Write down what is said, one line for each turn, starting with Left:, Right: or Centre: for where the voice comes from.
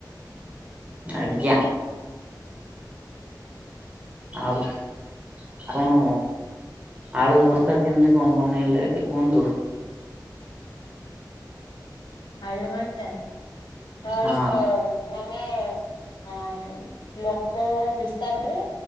Right: ଆଜ୍ଞା। ଆଉ ଆପଣୁ ଆଳୁ ଭର୍ତା କେମିତି କଣ ବନେଇଲେ କେ କୁହନ୍ତୁ?
Left: ଆଳୁ ଭର୍ତ୍ତା। ଫାଷ୍ଟେ
Right: ହଁ
Left: ମାନେ ଅଁ ଲୋକ ହିସାବରେ